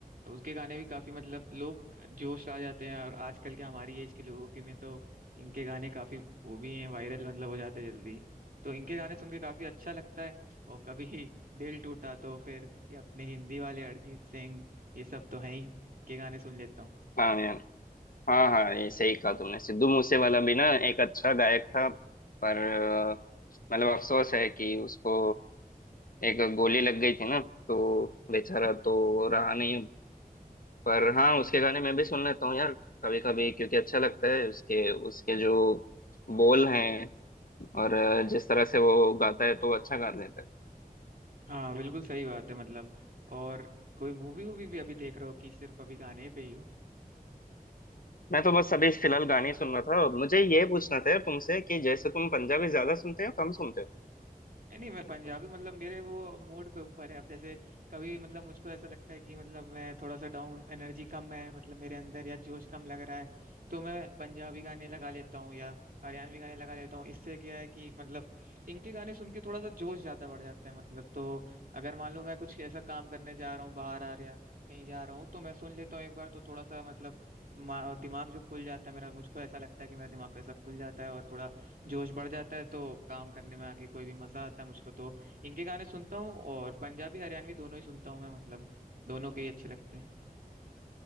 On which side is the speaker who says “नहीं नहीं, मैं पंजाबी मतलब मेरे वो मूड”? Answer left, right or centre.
Right